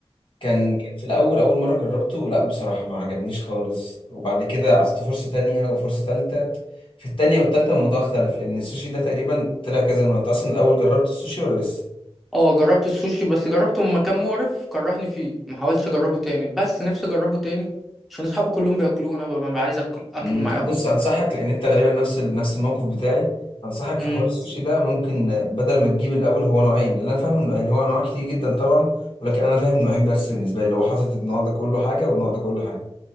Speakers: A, on the left; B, in the centre.
A: كان كان في الاول اول مرة جربته لا بصراحة ما عجبنيش خالص وبعد كده عطيته فرصة تانية وفرصة تالتة في التانية والتالتة الموضوع اختلف لان السوشي ده تقريبا طلع كذا نوع انت اصلا الاول جربت السوشي ولا لسه؟
B: اه جربت السوشي بس جربته من مكان مقرف كرهني فيه ما حاولتش اجربه تاني بس نفسي اجربه تاني عشان اصحابي كلهم بياكلوه انا ببقى عايز اكل اكله
A: مم،
B: معاهم
A: بص انصحك لان انت غالبا نفس ال- نفس الموقف بتاعي انصحك في
B: امم
A: حوار السوشي ده ممكن آه، بدل ما تجيب الاول هو نوعين لان انا فاهم انه يعني هو انواع كتير جدا طبعا ولكن انا فاهم نوعين بس بالنسبه لي اللي هو حاطط النوع ده كله حاجه والنوع ده كله حاجه